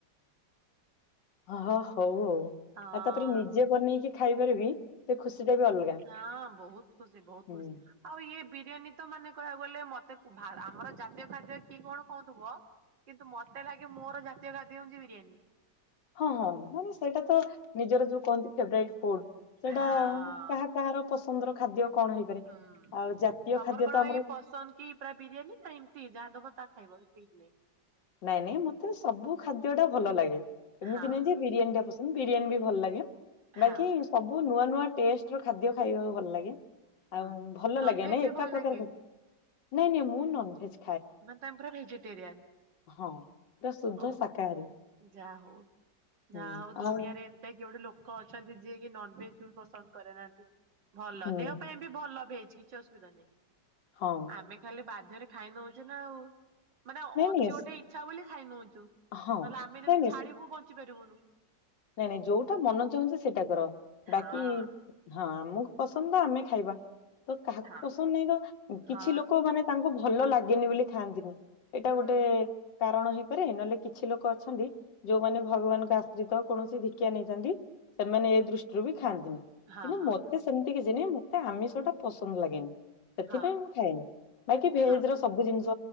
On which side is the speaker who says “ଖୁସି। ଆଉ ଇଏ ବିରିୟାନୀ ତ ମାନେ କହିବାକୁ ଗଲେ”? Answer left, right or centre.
Right